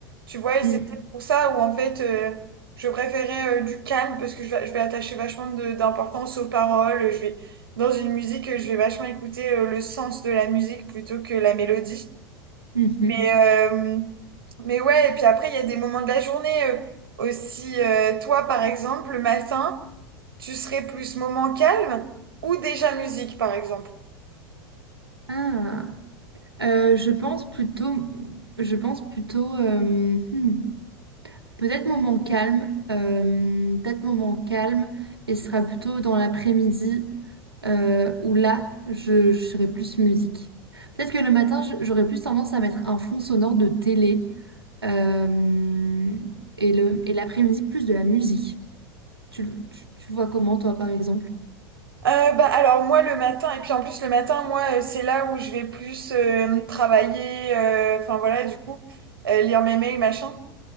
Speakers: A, on the right; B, on the right.
A: Tu vois, et c'est
B: Mm,
A: peut-être pour ça où en fait euh, je préférais euh, du calme parce que je vais, je vais attacher vachement de- d'importance aux paroles. Je vais dans une musique, euh, je vais vachement écouter euh, le sens de la musique plutôt que la mélodie.
B: mhm.
A: Mais, euh, mais ouais, et puis après, il y a des moments de la journée euh, aussi. euh, toi, par exemple, le matin, tu serais plus moment calme ou déjà musique, par exemple?
B: Ah. Euh, je pense plutôt, je pense plutôt, euh, hmm, Peut-être moment calme, euh, peut-être moment calme, et ce sera plutôt dans l'après-midi euh, où là, je, je serai plus musique. Peut-être que le matin, je- j'aurais plus tendance à mettre un fond sonore de télé euh, et le, et l'après-midi, plus de la musique. Tu, le- tu, tu vois comment, toi, par exemple?
A: Euh, bah, alors moi le matin, et puis en plus le matin, moi euh, c'est là où je vais plus euh, travailler, euh, enfin voilà, du coup, euh, lire mes mails, machin.